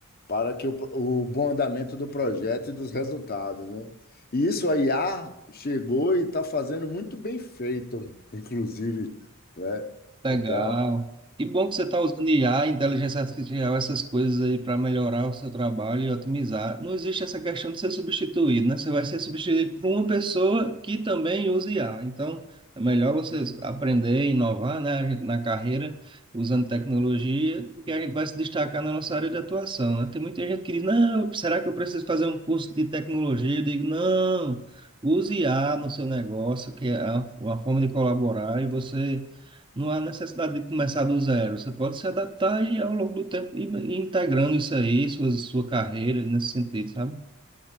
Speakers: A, on the left; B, on the right.
A: para que o, o bom andamento do projeto e dos resultados, né? E isso a IA chegou e está fazendo muito bem feito, inclusive, né?
B: Legal.
A: Então,
B: Que bom que você está usando IA, inteligência artificial, essas coisas aí para melhorar o seu trabalho e otimizar. Não existe essa questão de ser substituído, né? Você vai ser substituído por uma pessoa que também usa IA. Então, é melhor você aprender e inovar, né, a gente- na carreira, usando tecnologia, porque a gente vai se destacar na nossa área de atuação, né? Tem muita gente que diz, não, será que eu preciso fazer um curso de tecnologia? Eu digo, não, use IA no seu negócio, que é uma uma forma de colaborar e você não há necessidade de começar do zero. Você pode se adaptar e ao longo do tempo ir ir integrando isso aí, sua, sua carreira nesse sentido, sabe?